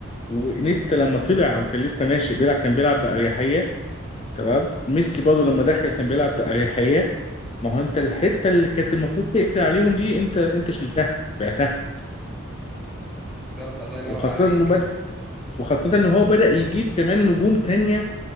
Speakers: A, on the left; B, in the centre.
A: وانيستا لما طلع وكان لسه ناشئ بيلعب كان بيلعب بأريحية تمام ميسي برضه لما دخل كان بيلعب بأريحية ما هو انت الحتة اللي كانت المفروض تقفل عليهم دي انت انت شلتها بعتها
B: بالظبط الله ينور
A: وخاصة
B: عليك
A: انه بدأ وخاصة ان هو بدأ يجيب كمان نجوم تانية